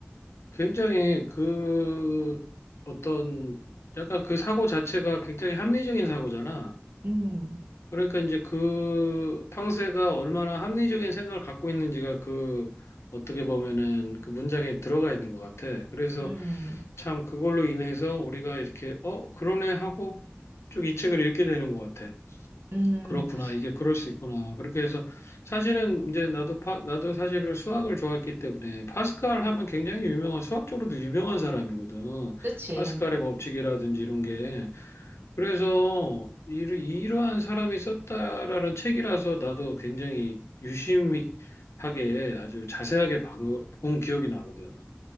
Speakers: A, on the left; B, on the right.
A: 굉장히 그 어떤 약간 그 사고 자체가 굉장히 합리적인 사고잖아.
B: 음,
A: 그러니까 이제 그 팡세가 얼마나 합리적인 생각을 갖고 있는지가 그 어떻게 보면은 그 문장에 들어가 있는 것 같아. 그래서
B: 음,
A: 참 그걸로 인해서 우리가 이렇게 어, 그러네 하고 쭉 이 책을 읽게 되는 것 같아.
B: 음,
A: 그렇구나. 이게 그럴 수 있구나. 그렇게 해서 사실은 이제 나도 파, 나도 사실은 수학을 좋아했기 때문에 파스칼 하면 굉장히 유명한 수학적으로도 유명한 사람이거든.
B: 그치.
A: 파스칼의 법칙이라든지 이런 게. 그래서 이러, 이러한 사람이 썼다라는 책이라서 나도 굉장히 유심하게 아주 자세하게 방- 본 기억이 나거든.